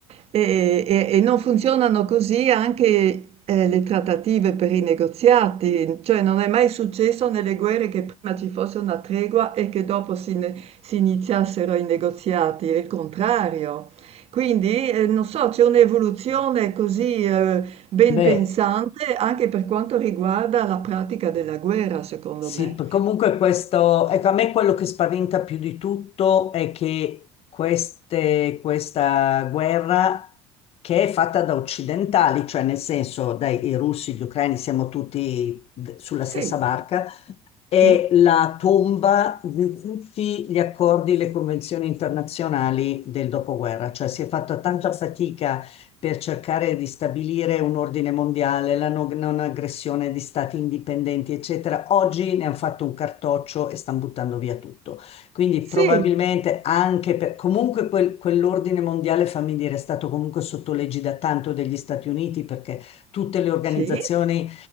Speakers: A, on the right (about 45°); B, on the left (about 45°).
A: E, e- e non funzionano così anche eh, le trattative per i negoziati, cioè non è mai successo nelle guerre che prima ci fosse una tregua e che dopo si, ne- si iniziassero i negoziati, è il contrario. Quindi, eh, non so, c'è un'evoluzione così eh, Ben
B: beh.
A: pensante anche per quanto riguarda la pratica della guerra, secondo
B: Sì,
A: me.
B: p- comunque questo, ecco, a me quello che spaventa più di tutto è che queste, questa guerra che è fatta da occidentali, cioè nel senso dai i russi, gli ucraini, siamo tutti d- sulla
A: Sì,
B: stessa barca, è
A: sì,
B: la tomba di tutti gli accordi, le convenzioni internazionali del dopoguerra, cioè si è fatta tanta fatica per cercare di stabilire un ordine mondiale, la no- non aggressione di stati indipendenti, eccetera. Oggi ne hanno fatto un cartoccio e stanno buttando via tutto. Quindi
A: sì,
B: probabilmente anche per... Comunque quel- quell'ordine mondiale, fammi dire, è stato comunque sotto da tanto degli Stati Uniti perché tutte le organizzazioni
A: sì,